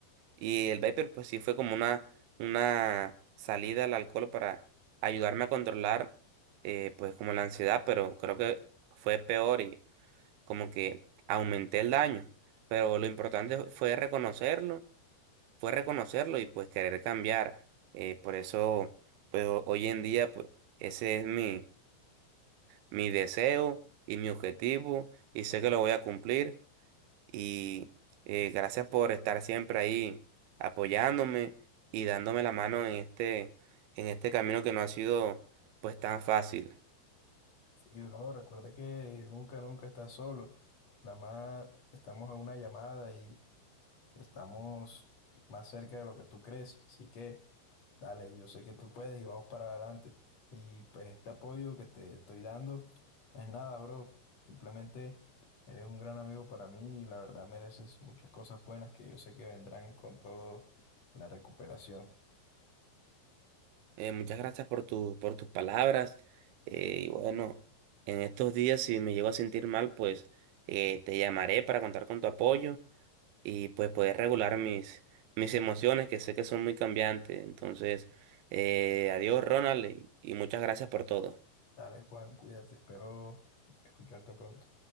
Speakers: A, on the right (about 80°); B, on the left (about 40°).
A: Y el vapor pues sí fue como una, una salida al alcohol para ayudarme a controlar eh, pues como la ansiedad, pero creo que fue peor y como que aumenté el daño. Pero lo importante fue reconocerlo, fue reconocerlo y pues querer cambiar. Eh, por eso pues ho- hoy en día pues ese es mi mi deseo y mi objetivo y sé que lo voy a cumplir y eh, gracias por estar siempre ahí apoyándome y dándome la mano en este en este camino que no ha sido pues tan fácil.
B: Y, bro, recuerda que nunca, nunca estás solo. Nada más estamos a una llamada y Estamos más cerca de lo que tú crees, así que dale, yo sé que tú puedes y vamos para adelante. Y pues este apoyo que te estoy dando, no es nada, bro. Simplemente eres un gran amigo para mí y la verdad mereces muchas cosas buenas que yo sé que vendrán con todo la recuperación.
A: Eh, muchas gracias por tu por tus palabras eh, y bueno, en estos días si me llego a sentir mal pues eh, te llamaré para contar con tu apoyo y pues poder regular mis, mis emociones que sé que son muy cambiantes. Entonces, eh, adiós Ronald y y muchas gracias por todo.
B: Dale, Juan, cuídate, espero escucharte pronto.